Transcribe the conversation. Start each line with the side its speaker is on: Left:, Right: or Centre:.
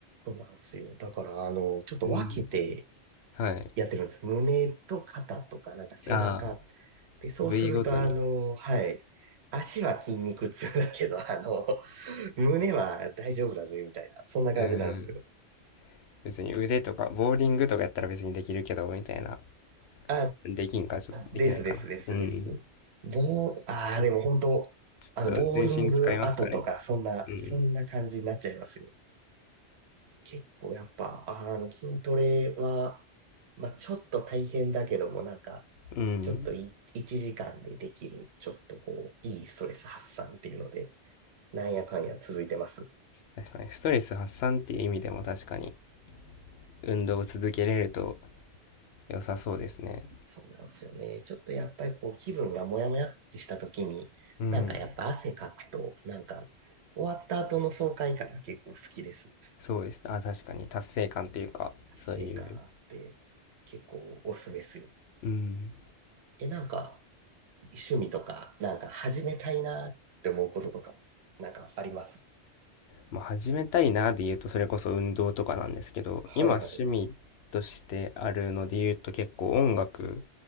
Right: そうなんですよ。だから、あの、ちょっと分けて
Left: うん。はい。
Right: やってるんです。胸と肩とか、なんか背中。
Left: ああ、
Right: で、そうすると、
Left: 部位ごとに。
Right: あの、はい。足は筋肉痛だけど、<laughs> あの、胸は大丈夫だぜ、みたいな。そんな感じなんですよ。
Left: うん。別に腕とか、ボーリングとかやったら別にできるけど、みたいな。
Right: あ、
Left: できんか、ちょっとできないかな。
Right: ですですですです。
Left: うん。
Right: ボー、ああ、でも本当、
Left: ちょっと全身使いますかね。
Right: あの、ボーリング後とか、そんな、
Left: うん。
Right: そんな感じになっちゃいますよ。結構やっぱ、あーあの、筋トレは、まあ、ちょっと大変だけども、なんか、
Left: うん。
Right: ちょっとい1時間でできる、ちょっとこう、いいストレス発散っていうので、なんやかんや続いてます。
Left: 確かに、ストレス発散っていう意味でも確かに、運動を続けれると良さそうですね。
Right: そうなんですよね。ちょっとやっぱりこう、気分がモヤモヤってした時に、
Left: うん。
Right: なんかやっぱ汗かくと、なんか、終わった後の爽快感が結構好きです。
Left: そうです。あ、確かに、達成感っていうか、そういう。
Right: 成果あって結構おすすめする。
Left: うん。
Right: え、なんか、趣味とか、なんか始めたいなって思うこととか、なんかあります
Left: まあ、始めたいなで言うと、それこそ運動とかなんですけど、
Right: はいはい。
Left: 今趣味としてあるので言うと結構音楽